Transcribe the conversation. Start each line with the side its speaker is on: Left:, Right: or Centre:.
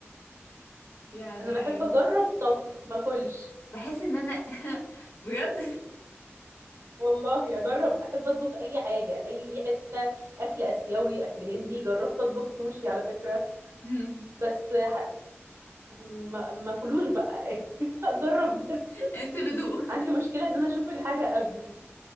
Left: يعني
Right: انا بحب اجرب طبخ ما اكلش
Left: بحس ان انا <laughs> بجد
Right: والله اجرب احب اطبخ اي حاجه اي حته اكل اسيوي اكل هندي جربت اطبخ سوشي على فكره
Left: <laughs>
Right: بس ح... ما ما كلوش بقى <laughs> اجرب بس
Left: <laughs> انتوا لدو اه
Right: عندي مشكله ان انا اشوف الحاجه قبل